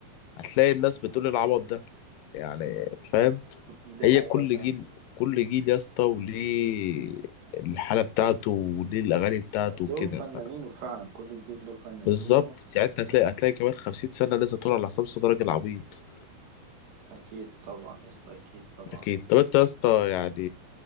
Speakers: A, on the left; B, on the right.
A: هتلاقي الناس بتقول العبط ده يعني فاهم
B: <laughs> دي
A: هي
B: حقيقة
A: كل
B: فعلا
A: جيل كل جيل يا اسطى وليه الحالة بتاعته وليه الأغاني بتاعته وكده
B: له فنانينه
A: ف...
B: فعلا كل جديد له فنانينه
A: بالظبط يعني انت
B: أنت
A: هتلاقي
B: فاهم
A: هتلاقي كمان خمسين سنة لسه طول على حساب صدرك العبيط
B: أكيد طبعا يا اسطى أكيد طبعا
A: أكيد طب انت يا اسطى يعني